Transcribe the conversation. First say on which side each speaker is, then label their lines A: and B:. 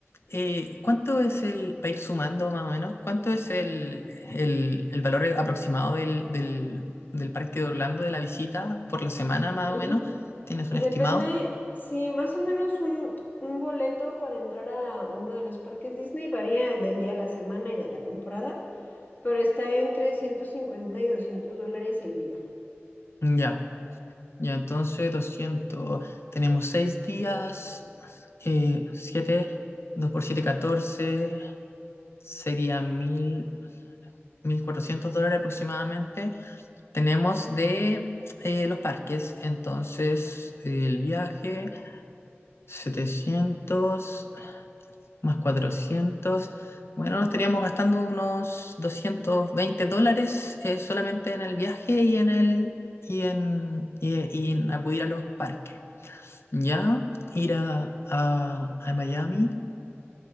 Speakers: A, on the left (about 65°); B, on the left (about 40°).
A: Eh, ¿cuánto es el, para ir sumando más o menos, cuánto es el, el, el valor aproximado del, del, del parque de Orlando de la visita por la semana más
B: ujú.
A: o menos? ¿Tienes
B: Depende,
A: un estimado?
B: sí, más o menos un, un boleto para entrar a uno de los parques Disney varía del día a la semana y de la temporada, pero está entre 150 y doscientos dólares el día.
A: Ya. Ya, entonces doscientos Tenemos 6 días, eh, siete dos por 7, 14, serían mil mil cuatrocientos dólares aproximadamente. Tenemos de eh, los parques, entonces eh, el viaje, 700 más cuatrocientos Bueno, nos estaríamos gastando unos doscientos veinte dólares eh, solamente en el viaje y en el... Y en, y y en acudir a los parques. ya ir a, a- a Miami,